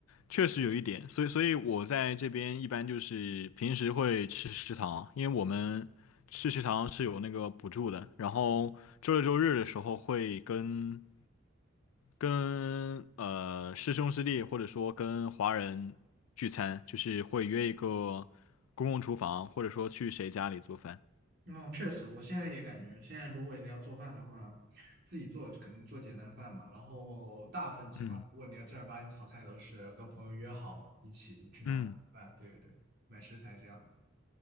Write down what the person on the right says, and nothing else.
嗯，确实，我现在也感觉，现在如果你要做饭的话，自己做肯定做简单饭嘛。然后大部分情况，
如果你要正儿八经炒菜，都是跟朋友约好嘛，一起去拿饭，
对对对，买食材这样。